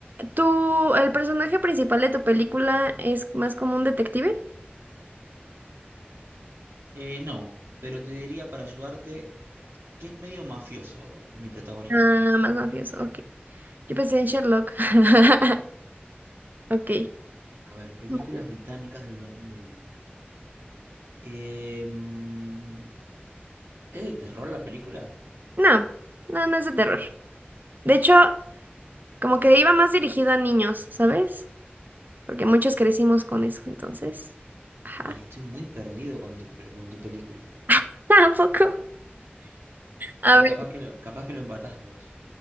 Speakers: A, on the right; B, on the right.
A: ¿tú, el personaje principal de tu película es más como un detective?
B: eh, no, pero te diría para ayudarte que es medio mafioso mi protagonista.
A: Ah, más mafioso, ok. Yo pensé en Sherlock. <laughs> Ok.
B: A ver, películas
A: Vale.
B: británicas del 2001. Em, ¿es de terror la película?
A: No, no, no es de terror. De hecho, como que iba más dirigido a niños, ¿sabes? Porque muchos crecimos con eso, entonces. Ajá.
B: Ay, estoy muy perdido con tu, pre- con tu película.
A: <laughs> Tampoco.
B: A
A: A
B: ver,
A: ver,
B: capaz que lo, capaz que lo empatás a vos.